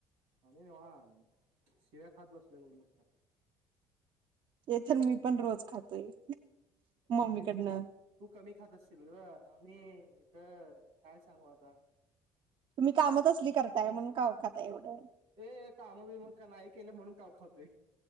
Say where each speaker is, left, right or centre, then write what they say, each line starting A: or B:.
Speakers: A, on the right; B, on the right.
A: आणि आ शिव्या खात बसले मस्त.
B: येथे मी पण रोज खातोय. मम्मीकडनं
A: भाई तुम, तू कमी खात असशील ग आम्ही. इथ काय सांगू आता.
B: तुम्ही काम त असली करताय म्हणून का खाताय एवढं.
A: ए काम बीम का नाही केलं म्हणून काव खावतोय